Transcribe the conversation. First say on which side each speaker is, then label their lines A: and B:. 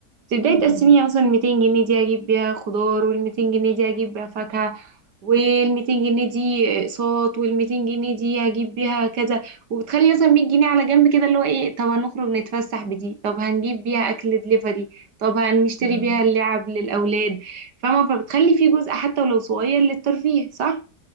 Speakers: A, on the right (about 80°); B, on the right (about 20°).
A: في بداية
B: <laughs> مم.
A: السنة مثلا 200 جنيه دي أجيب بيها خضار وال 200 جنيه دي أجيب بيها فاكهة وال 200 جنيه دي أقساط وال 200 جنيه دي هجيب بيها كذا وبتخلي مثلا 100 جنيه على جنب كده اللي هو إيه طب هنخرج نتفسح بدي طب هنجيب بيها أكل دليفري طب هنشتري
B: مم.
A: بيها اللعب للأولاد فاهمة فبتخلي في جزء حتى ولو صغير للترفيه صح؟